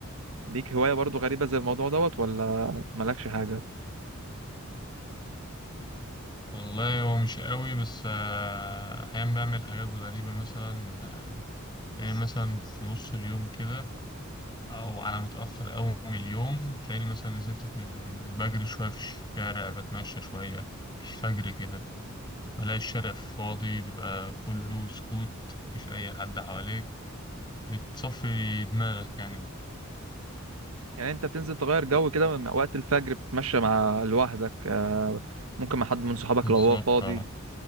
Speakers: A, on the right; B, on the left.
A: ليك هواية برضو غريبة زي الموضوع دوت ولا مالكش حاجة
B: والله هو مش قوي بس آه، احيانا بعمل حاجات غريبة مثلا آه، يعني مثلا في نص اليوم كده او على متأخر قوي من اليوم تلاقيني مثلا نزلت اتم- بجري شوية في الشارع بتمشى شوية الفجر كده بلاقي الشارع فاضي بيبقى كله سكوت مفيش اي حد حواليك بتصفي دماغك يعني
A: يعني انت بتنزل تغير جو كده مع- وقت الفجر بتتمشى مع لوحدك آه، ممكن مع حد من صحابك
B: بالظبط
A: لو هو فاضي
B: اه